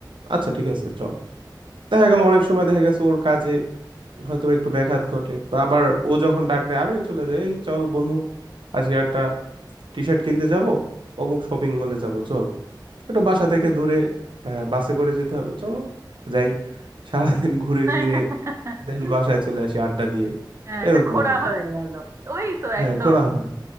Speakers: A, on the right; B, on the right.
A: আচ্ছা ঠিক আছে চল দেখা গেল অনেক সময় দেখা গেছে ওর কাজে হয়তো একটু ব্যাঘাত ঘটে বা আবার ও যখন ডাক দেয় আমিও চলে যাই এই চল বন্ধু আজকে একটা টি শার্ট কিনতে যাব অমুক শপিং মলে যাব চল একটু বাসা থেকে দূরে আহ, বাসে করে যেতে হবে চলো যাই সারাদিন ঘুরে
B: <laughs>
A: ফিরে দেন বাসায় চলে আসি আড্ডা দিয়ে
B: হ্যাঁ একটা
A: এরকম
B: ঘোড়া
A: আর কি
B: হয়ে গেল ওই তো
A: হ্যাঁ
B: একদম
A: ঘোরা হয়